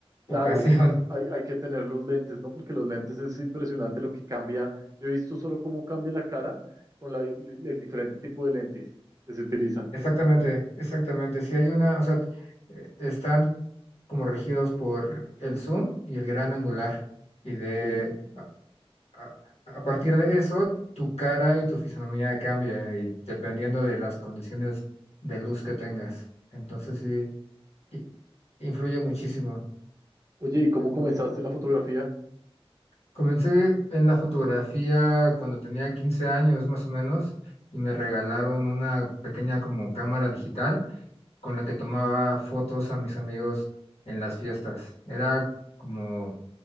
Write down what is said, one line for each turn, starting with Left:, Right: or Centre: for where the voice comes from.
Right: Claro,
Left: ocasión. <laughs>
Right: hay, hay que tener los lentes, ¿no? Porque los lentes es impresionante lo que cambia. Yo he visto solo cómo cambia la cara con la- el diferente tipo de lente que se utiliza.
Left: Exactamente, exactamente. Si hay una, o sea, eh, están como regidos por el zoom y el gran angular. Y de
Right: Sí.
Left: a, a partir de eso, tu cara y tu fisonomía cambia, y dependiendo de las condiciones de luz que tengas. Entonces sí, i- influye muchísimo.
Right: Oye, ¿y cómo comenzaste la fotografía
Left: Comencé en la fotografía cuando tenía 15 años más o menos y me regalaron una pequeña como cámara digital con la que tomaba fotos a mis amigos en las fiestas. Era como